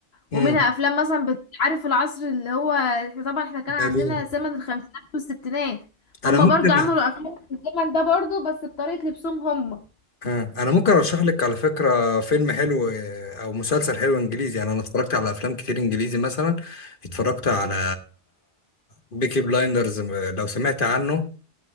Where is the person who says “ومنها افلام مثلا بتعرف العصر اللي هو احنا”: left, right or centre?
Left